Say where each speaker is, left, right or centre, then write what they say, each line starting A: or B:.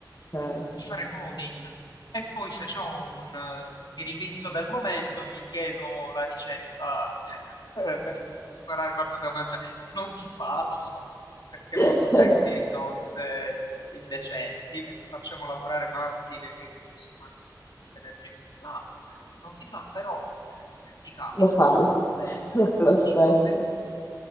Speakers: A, on the left; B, on the left.
A: Dai.
B: eh, per fare coding. E poi se ho un eh, ghiribizzo del momento, gli chiedo la ricetta <laughs> eh, per preparare qualcosa da mangiare. Non si fa, lo so, perché
A: <laughs>
B: è uno spreco di risorse indecenti, perché facciamo lavorare macchine che consumano un sacco di energia e quant'altro. Non si fa, però eh, mi capita.
A: Lo fai,
B: Metto,
A: <laughs> lo
B: eh,
A: fai
B: faccio
A: lo stesso.
B: ammenda.